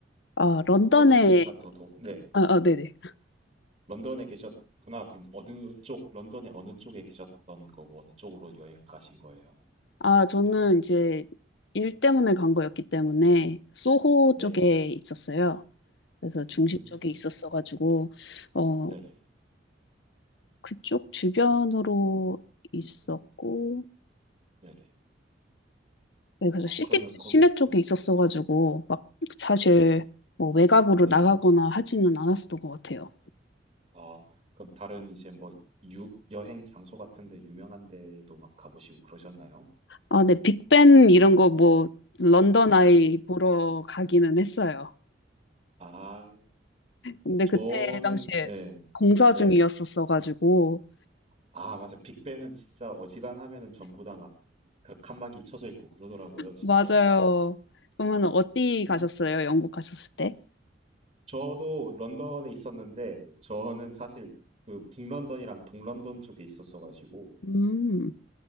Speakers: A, on the left; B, on the right.
A: 아 런던에
B: 어디가 더, 더, 네,
A: 아, 아 네네
B: 런던에 계셨구나. 그럼 어느 쪽, 런던의 어느 쪽에 계셨던 거고, 어느 쪽으로 여행 가신 거예요?
A: 아 저는 이제 일 때문에 간 거였기 때문에 소호
B: 네네,
A: 쪽에 있었어요. 그래서 중심
B: 음.
A: 쪽에 있었어가지고 어,
B: 네네.
A: 그쪽 주변으로 있었고,
B: 음 네네.
A: 네, 그래서
B: 아
A: 시티,
B: 그러면 거
A: 시내 쪽에
B: 네.
A: 있었어가지고, 막 사실
B: 음
A: 뭐 외곽으로
B: 네네.
A: 나가거나 하지는 않았었던 것 같아요.
B: 아 그럼 다른 이제 뭐 유 여행 장소 같은 데 유명한 데도 막 가 보시고 그러셨나요?
A: 아, 네, 빅벤 이런 거 뭐, 런던 아이
B: 음.
A: 보러 가기는 했어요.
B: 아
A: 근데
B: 저는
A: 그때 당시에
B: 예.
A: 공사
B: 네네.
A: 중이었었어가지고,
B: 아 맞아. 빅벤은 진짜 어지간하면은 전부 다 막 그 칸막이 쳐져 있고 그러더라고요 진짜.
A: 맞아요. 그러면
B: 음.
A: 어디
B: 음.
A: 가셨어요? 영국 가셨을 때?
B: 저도 런던에 있었는데 저는 사실 그 북런던이랑 동런던 쪽에 있었어 가지고
A: 음,